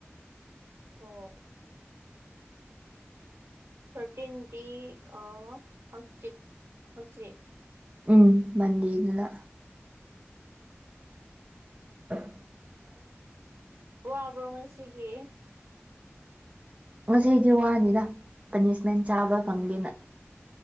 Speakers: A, on the right; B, on the right.
A: ꯑꯣ꯫ ꯊꯥꯔꯇꯤꯟꯗꯤ ꯑ ꯍꯡꯆꯤꯠ ꯍꯪꯆꯤꯠ꯫
B: ꯎꯝ ꯃꯟꯗꯦꯗꯨꯅ꯫ <inaudible>
A: ꯋꯥꯕ꯭ꯔꯣ ꯉꯁꯤꯒꯤ꯫
B: ꯉꯁꯤꯗꯤ ꯋꯥꯅꯤꯅ ꯄꯥꯅꯤꯁꯃꯦꯟ ꯆꯥꯕ ꯐꯪꯗꯦꯅ꯫